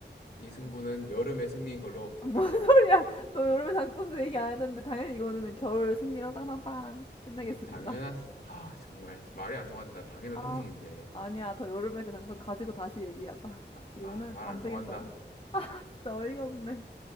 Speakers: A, on the left; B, on the left.
A: 이 승부는
B: <laughs>
A: 여름의 승리인 걸로
B: 뭔
A: 결정.
B: 소리야. 너 여름의 장점도 얘기 안 했는데 당연히 이거는 겨울 승리로 땅땅땅 끝내겠습니다.
A: 아니, 당연한, 아, 정말 말이 안 통한다. 당연한
B: 아,
A: 상식인데.
B: 아니야. 더 여름의 그 장점 가지고 다시 얘기하자.
A: 아,
B: 이거는
A: 아, 말안
B: 안
A: 통한다.
B: 되겠어. 진짜 어이가 없네.